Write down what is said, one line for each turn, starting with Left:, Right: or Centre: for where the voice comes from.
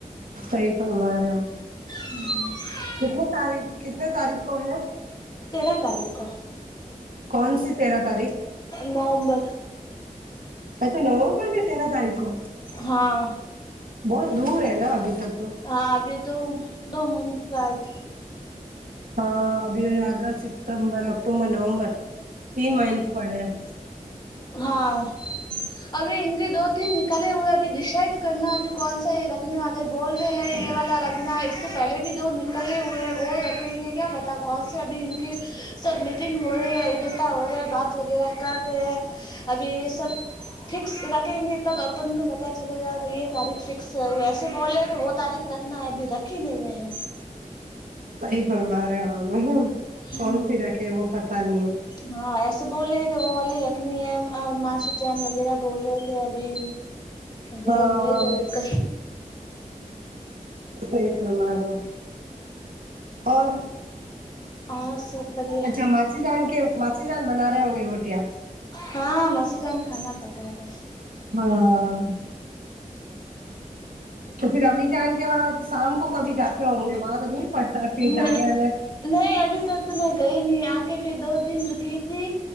Right: صحیح فرمارہے ہو
Left: ہمم
Right: کتنے تاریخ کتنے تاریخ کو ہے
Left: تیرہ تاریخ کو
Right: کون سی تیرہ تاریخ
Left: نومبر
Right: اچھا نومبر نے تیرا تاریخ کو
Left: ہاں
Right: بہت دور ہے نا ابھی تک تو
Left: ہاں ابھی تو دو منتھ سات
Right: ہاں ابھی آگسٹ ستمبر اکتوبر نومبر تین
Left: ہاں
Right: مہینے پڑے ہیں
Left: ہاں ابھی ان کے دو تین نکالے ہوئے ابھی ڈشائیڈ کرنا ابھی کون سا یے رکھنے والے بول رہے ہیں یے والا رکھنا اس سے پہلے بھی دو نکلے ہوئے وہ رکھیں گے کیا پتہ تا کون سی ابھی ان کی سب میٹنگ ہو رہی ہے ایک کتا ہو رہے ہے بات وغیرہ کر رہے ہیں ابھی یے سب فکس رکھیں گے تب اپن کو پتہ چلے گا کہ یے تاریخ فکس ہے ایسے بولے کہ وہ تاریخ رکھ نا ابھی رکھی نہیں ہے
Right: صحیح فرما رہے آپ
Left: ہوں
Right: کون سی رکھے وہ پتہ نہیں ہے
Left: ہاں ایسے بول رہے کہ وہ والی رکھنی ہے ماسی جان وغیرہ بول رہے تھے ابھی گئے
Right: ہاں
Left: ہوئے تو
Right: صحیح فرما رہے ہیں اور
Left: ہاں سب بڑھیا
Right: اچھا ماسی جان کے ماسی جان بنا رہے ہوں گے روٹیاں
Left: ہاں ماسی جان کھانا پکا رہے ہے
Right: ہاں تو پھر ابھی جان کے وہاں شام کو کبھی جاتے ہوں گے وہاں تو دور پڑتا ہے پھر
Left: میں
Right: جانے آنے
Left: نہیں ابھی تک تو میں گئی نہیں آ کے پھر دو دن رکی تھی